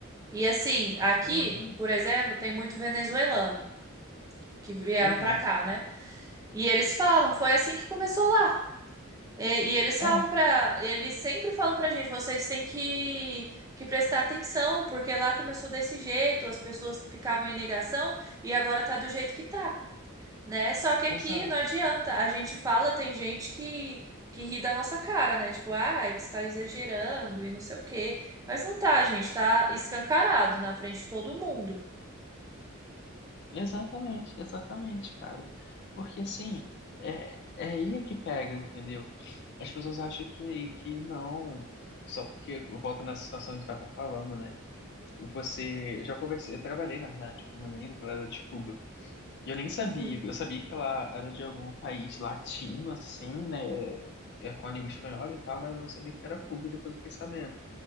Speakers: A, on the right (about 15°); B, on the left (about 55°).
A: E assim, aqui,
B: uhum,
A: por exemplo, tem muito venezuelano que vieram
B: uhum,
A: para cá, né? E eles falam, foi assim que começou lá. E, e eles falam
B: é,
A: pra. eles sempre falam pra gente, vocês têm que, que prestar atenção, porque lá começou desse jeito, as pessoas ficavam em negação e agora tá do jeito que tá, né? Só que aqui
B: exato.
A: não adianta, a gente fala, tem gente que, que ri da nossa cara, né? Tipo, ai, você tá exagerando e não sei o quê. Mas não tá, gente, tá escancarado na frente de todo mundo.
B: Exatamente, exatamente, cara. Porque assim, é, é aí é que pega, entendeu? As pessoas acham que, que não. Só porque volta nessa situação que a gente tava falando, né? Você, eu já conversei, eu trabalhei, na verdade, com uma menina que ela era de Cuba. E eu nem sabia,
A: Uhum.
B: eu sabia que ela era de algum país latino, assim, né? É é com a língua espanhola e tal, mas eu não sabia que era Cuba, e depois eu fiquei sabendo.